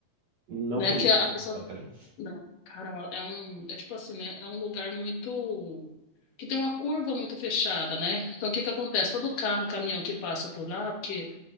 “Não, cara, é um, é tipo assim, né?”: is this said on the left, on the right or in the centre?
Left